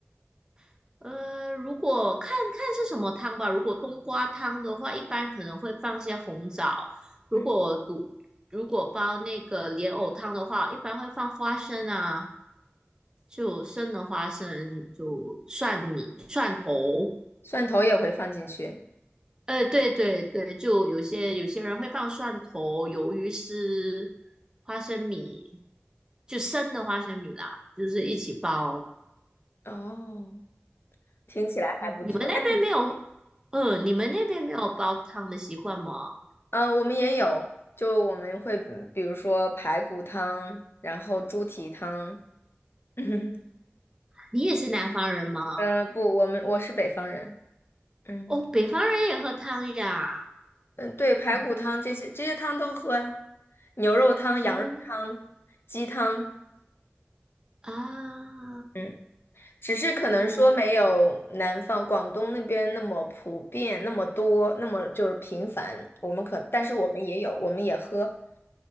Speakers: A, on the right (about 15°); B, on the left (about 65°).
A: <laughs> 呃，如果看看是什么汤吧。如果冬瓜汤的话，一般可能会放些红枣；如果煮如果煲那个莲藕汤的话，
B: 嗯，
A: 一般会放花生啊，就生的花生，就蒜米、蒜头。
B: 蒜头也会放进去。
A: 呃，对对对，就有些有些人会放蒜头、鱿鱼丝、花生米，就生的花生米啦，就是一起煲。
B: 哦，听起来还不错。
A: 你们那边没有，
B: 但是，
A: 嗯、你们那边没有煲汤的习惯吗？
B: 呃，我们也有，就我们会嗯比如说排骨汤，然后猪蹄汤。<laughs> 嗯，
A: 你也是南方人吗？
B: 呃，不，我们我是北方人。嗯
A: 哦，北方人也喝汤呀。
B: 嗯，呃对，排骨汤这些这些汤都喝呀，牛肉汤、羊肉汤、
A: 哦
B: 鸡汤。
A: 啊
B: 嗯。只是可能说没有南方广东那边那么普遍，
A: 哦。
B: 那么多，那么就是频繁。我们可，但是我们也有，我们也喝。